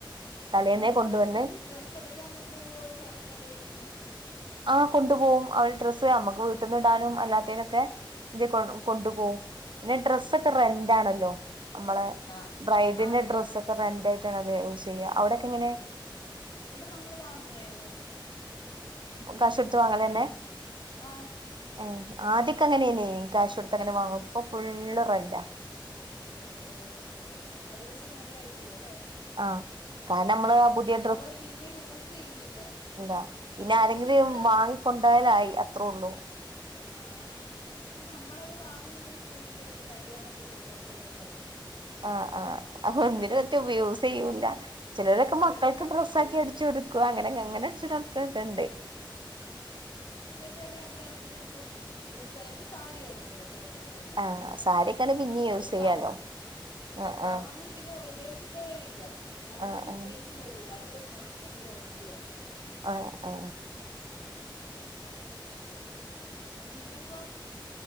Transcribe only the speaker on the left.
നിങ്ങളെ
ഈ ഡ്രസ്സ് എടുക്കാൻ കൊണ്ടുപോവോ ചെറുക്കൻ്റെ വീട്ടിൽ
ഉം, ഉം.
ആ
ആണല്ലേ
ഇവിടെ നമ്മൾ വാങ്ങുകയെന്ന്
ആ
ഓ ഓ അത് പക്ഷെ നല്ല ഐഡിയ അല്ലേ?
നമ്മള് പിന്നെ യൂസ് ചെയ്യുന്നില്ല.
പക്ഷെ ഇവിടെ
ആ നമ്മളത് വാങ്ങി. ഇങ്ങനെ സൂക്ഷിച്ച്‌ വയ്ക്കും കല്യാണത്തിലെ ഡ്രസ്സെന്നും പറഞ്ഞ്
ചില സമയത്ത്
ത്ത് വല്ല കല്യാണത്തിനും എടുത്തു ഉടുത് ഉടുത്ത എന്റെ സാരിയായിരുന്നു ഉടുത് ത്തെ ഉടുത്തെയെല്ലാം.
പിന്നെ
ഒരു
ഗൗൺ
ഗൗണൊന്നും
പിന്നെ ഉപയോ ച്ചിട്ടേ ഇല്ല. അലമാരി
സ് പേസ് പോലും ഇല്ല. അത് വെ യ്ക്കണമെങ്കി ഒരിതു വേണം.
<unintelligible> നിന ക്കോ